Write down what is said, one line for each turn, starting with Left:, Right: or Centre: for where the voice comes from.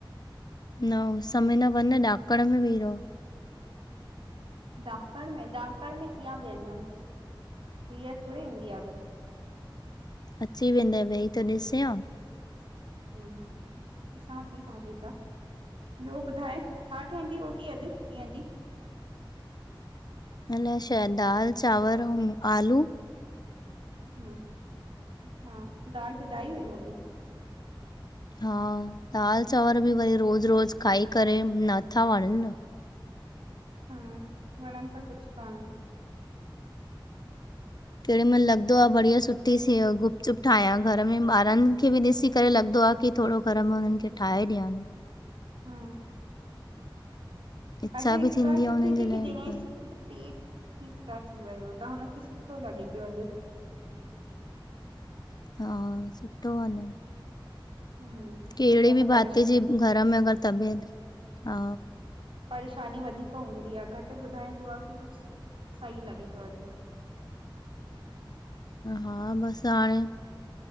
Left: न उस्स में न वंञ, ॾाकंण में वेही रहो।
Right: ॾाकंण में! ॾाकंण में कीअं विहंदमि, क्लीअर थोड़ी ईंदी आवाज़।
Left: अची वेंदे, वेही त ॾिसे हां।
Right: हम्म, ॾिसां थी हाली त। ॿियो ॿुधाए, छा ठहंदी रोटी अॼु ॾींहं जी?
Left: अलाए शायद दाल, चांवर औं आलू।
Right: हम्म, अच्छा दाल पिधाई हुई मम्मी?
Left: हा, दाल चांवर भी वरी रोज़ रोज़ खाई करे नथा वणनि न।
Right: हम्म, वणनि त कुछु कान।
Left: केॾी महिल लॻदो आ, बढ़िया सुठी सी गुप चुप ठाहियां घर में ॿारनि खे बि ॾिसी करे लॻदो आ कि थोरो घर में हुननि खे ठाहे ॾियानि।
Right: हम्म,
Left: इच्छा
Right: अॼु हिक
Left: बि
Right: ॻाल्हि
Left: थींदी आहे
Right: सुठी
Left: हुननि
Right: थी
Left: जे लाइ
Right: कि दिनेश
Left: पर
Right: जो पेट ठीकु सां थी वियो, त हुनखे सुठो लॻे पियो अॼु।
Left: हा, सुठो आ न।
Right: हम्म
Left: कहिड़ी
Right: न
Left: बि
Right: त
Left: भाती
Right: परेश
Left: जे घर में, अगर तबियत हा
Right: परेशानी वधीक हूंदी आ, घटि ॿुधाईंदो आ की कुझु सही लॻे थो अॼु।
Left: हा बसि हाणे,